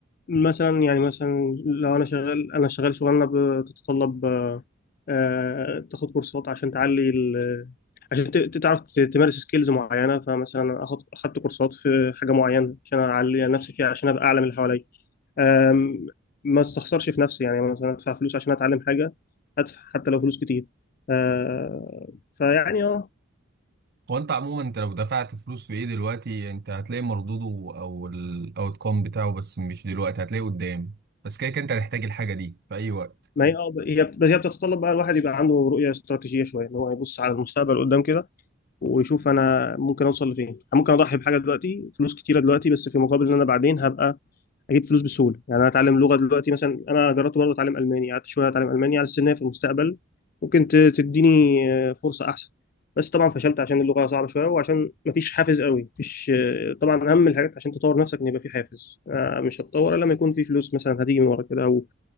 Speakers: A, on the left (about 45°); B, on the right (about 50°).
A: مثلا يعني مثلا لو انا شغال انا شغال شغلانه بتتطلب آه، آه، تاخد كورسات عشان تعلي ال- عشان ت- ت- تعرف ت- تمارس سكيلز معينه فمثلا اخد اخدت كورسات في حاجه معينه عشان اعلي نفسي فيها عشان ابقى اعلى من اللي حواليا أم، ما استخسرش في نفسي يعني مثلا ادفع فلوس عشان اتعلم حاجه هدفع حتى لو فلوس كتير أه، فيعني اه
B: هو انت عموما انت لو دفعت فلوس في ايه دلوقتي انت هتلاقي مردوده او الاوت كوم بتاعه بس مش دلوقتي هتلاقيه قدام بس كده كده انت هتحتاج الحاجه دي في اي وقت
A: ما هي اه هي بت- هي بتتطلب بقى الواحد يبقى عنده رؤيه استراتيجيه شويه ان هو يبص على المستقبل قدام كده ويشوف انا ممكن اوصل لفين أنا ممكن اضحي بحاجه دلوقتي فلوس كتيره دلوقتي بس في مقابل ان انا بعدين هبقى اجيب فلوس بسهوله يعني انا اتعلم لغه دلوقتي مثلا انا جربت برضه اتعلم الماني قعدت شويه اتعلم الماني على السنه في المستقبل ممكن ت- تديني آه، فرصه احسن بس طبعا فشلت عشان اللغه صعبه شويه وعشان مفيش حافز قوي مفيش آه، طبعا اهم الحاجات عشان تطور نفسك ان يبقى في حافز آه، مش هتطور الا لما يكون في فلوس مثلا هتيجي من ورا كده او